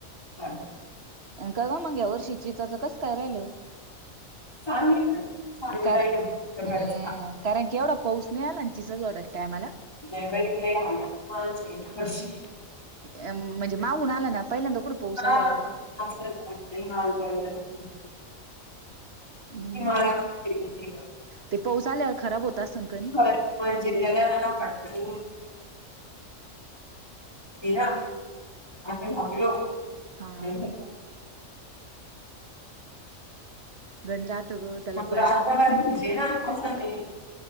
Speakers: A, on the left; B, on the right.
A: ह
B: का ग मग या वर्षीचाच, कसं काय राहिलं.
A: चांगली आहे ना चांगली
B: कर
A: राहील
B: अम
A: तर खरंच
B: कारण के एवढा. पाऊस नाही या लंचीचा, ऑर्डर टायमाला.
A: नाहीबर हजार वर्ष.
B: म्हणजे मागून, आला ना पहिल्यांदा कुठं पाऊस
A: हाल
B: आला एवढा
A: ब. हमारा
B: हम्म ते पाऊस आल्यावर खराब होता संक.
A: म्हणजे त्याला. ती ना आ म म्हटलो.
B: हा
A: <inaudible>
B: गंज राहत ग त्याला बाया
A: रात्र बाहे घज ना पावसाने.